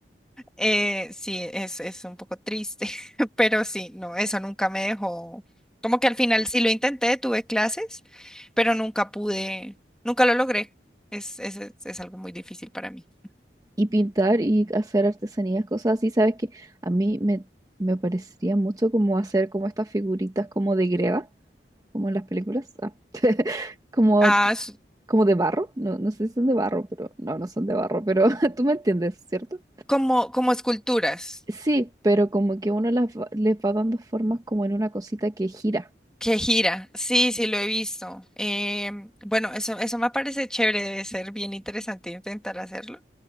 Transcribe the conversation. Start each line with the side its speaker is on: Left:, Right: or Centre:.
Centre: Eh, sí, es, es un poco triste, <laughs> pero sí, no, eso nunca me dejó. Como que al final sí lo intenté, tuve clases, pero nunca pude, nunca lo logré. Es, es, es, es algo muy difícil para mí.
Right: Y pintar y hacer artesanías, cosas así, sabes que a mí me, me parecería mucho como hacer como estas figuritas como de greda, como en las películas, ah, <laughs> como,
Centre: Ah, s-
Right: como de barro, no, no sé si son de barro, pero no, no son de barro, pero <laughs> tú me entiendes, ¿cierto?
Centre: como, como esculturas,
Right: Sí, pero como que uno las va- les va dando formas como en una cosita que gira.
Centre: que gira. Sí, sí, lo he visto. Em, bueno, eso, eso me parece chévere, debe ser bien interesante intentar hacerlo.